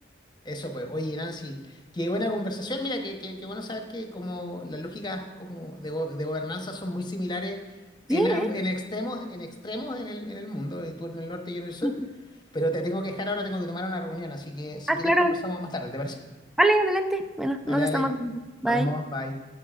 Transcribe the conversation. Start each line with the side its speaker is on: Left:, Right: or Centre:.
Left: Eso pues, oye Nancy, qué buena conversación, mira, qué, qué- qué bueno saber que como las lógicas como de, go- de gobernanza son muy similares en,
Centre: Sí,
Left: am-
Centre: ¿eh?
Left: en extremos, en extremos en el, en el mundo, y tú en el norte y yo en el sur,
Centre: <laughs>
Left: pero te tengo que dejar ahora, tengo que tomar una reunión, así que si
Centre: Ah,
Left: quieres
Centre: claro.
Left: conversamos más tarde, ¿te parece?
Centre: Vale, adelante. Bueno,
Left: Dale,
Centre: nos
Left: dale,
Centre: estamos viendo. Bye.
Left: nos vemos, bye.